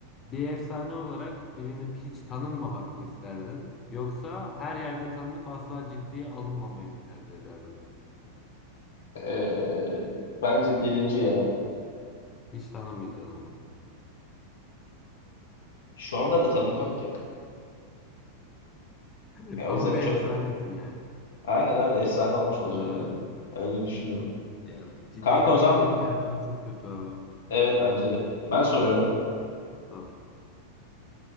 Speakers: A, on the left; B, on the left.
A: bir efsane olarak bilinip hiç tanınmamak mı isterdin? Yoksa her yerde tanınıp asla ciddiye alınmamayı mı tercih ederdin?
B: Ee, bence birinci ya.
A: Hiç tanınmayacaksın ama.
B: Şu anda da tanımıyorum ki.
A: <laughs>
B: Ya
A: Ama
B: o yüzden
A: bir
B: çok
A: efsanesin yani.
B: Aynen abi efsane olmuş olacağım
A: Doğru.
B: yani. Öyle düşünüyorum.
A: Yani ciddiye
B: Kanka o
A: alınmamak
B: zaman
A: her türlü çok kötü abi.
B: evet bence de. Ben soruyorum.
A: Doğru.